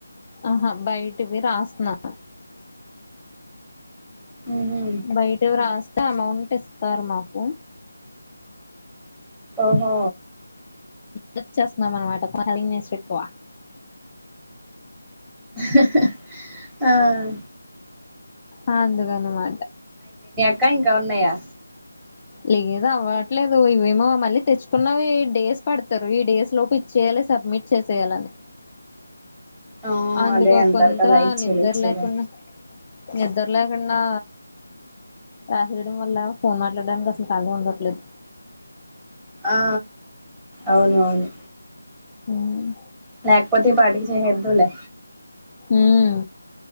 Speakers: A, on the left (about 30°); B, in the centre.
A: ఆహా బయటివి రాస్తున్నా.
B: ఉహు
A: బయటవి రాస్తే అమౌంట్ ఇస్త ఇస్తారమాకు
B: ఓ హో
A: హెప్ చేస్తుాం అనమాట కొ కస్ ఎక్కువ.
B: ఆహ అ
A: ఆ అందుగానుమా
B: ఇంకా ఇంకా ఉన్నాయా
A: లేదు అవ్వట్లేదు ఇవేమో మళ్ళీ తెచ్చుకున్న డేస్ పడతారు. ఈ డేస్ లోపు ఇచ్చేయాలి సబ్మిట్ చేసేయాలని
B: ఆ
A: అందుకు
B: అదే అంటారు
A: కొంత
B: కదా ఇచ్చేలే
A: నిద్ర
B: ఇచ్చేలే
A: లేకుండా నిద్ర లేకుండా రాత్రిడం వళ్ళ ఫోన్ మాట్లాడడానికి అసలు ఖాళీ ఉండట్లేదు.
B: ఆ అవును అవును
A: హ <unintelligible>
B: లేకపోతే ఈ పాటికి చెహేద్దువులే
A: ఉమ్